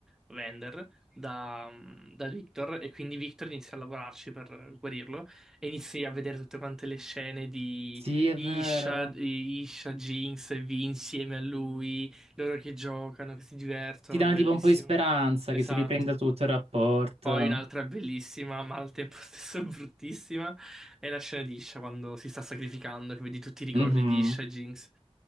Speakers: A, in the centre; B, on the right.
A: Vander, da, mm, da Victor e quindi Victor inizia a lavorarci per guarirlo e inizi a vedere tutte quante le scene di
B: Sì, è
A: Isha,
B: vero.
A: Isha, Jinx e Vi insieme a lui, loro che giocano, che si divertono,
B: Ti danno
A: bellissimo.
B: tipo un po' di speranza
A: Esatto.
B: che si riprenda tutto il rapporto.
A: Poi un'altra bellissima, ma al tempo <laughs> stesso bruttissima, è la scena di Isha quando si sta sacrificando, che vedi tutti i ricordi
B: Mhm.
A: di Isha e Jinx.